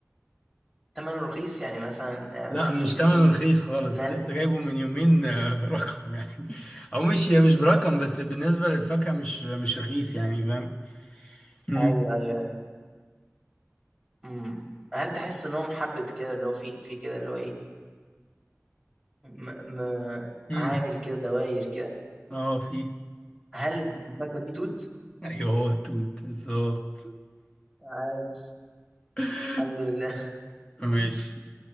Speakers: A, in the centre; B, on the left (about 20°).
A: ثمنه رخيص يعني مثلا
B: لا
A: آه، في
B: مش
A: في
B: تمنه رخيص خالص
A: ناس
B: انا لسه
A: <laughs>
B: جايبه من يومين آه، برقم يعني <laughs> او مش مش برقم بس بالنسبه للفاكهه مش مش رخيص يعني فاهم امم
A: ايوه ايوه ايوه مم. هل تحس ان هو محبب كده اللي هو في في كده اللي هو ايه م... م...
B: امم
A: عامل كده دواير كده
B: اه في
A: هل الفاكهه دي توت؟
B: <laughs> ايوه هو التوت بالظبط
A: عادي
B: <laughs>
A: الحمد لله
B: ماشي
A: <laughs>